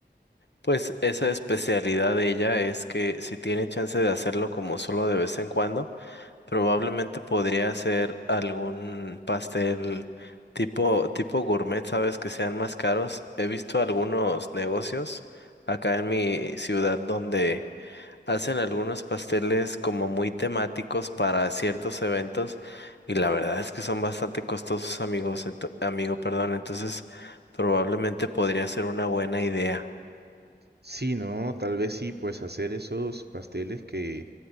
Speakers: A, on the left; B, on the right.
A: pues esa especialidad de ella es que si tiene chance de hacerlo como solo de vez en cuando, probablemente podría hacer algún pastel tipo, tipo gourmet, sabes, que sean más caros. He visto algunos negocios acá en mi ciudad donde Hacen algunos pasteles como muy temáticos para ciertos eventos y la verdad es que son bastante costosos, amigos, ento- amigo, perdón, entonces probablemente podría ser una buena idea.
B: Sí, ¿no? Tal vez sí, pues hacer esos pasteles que,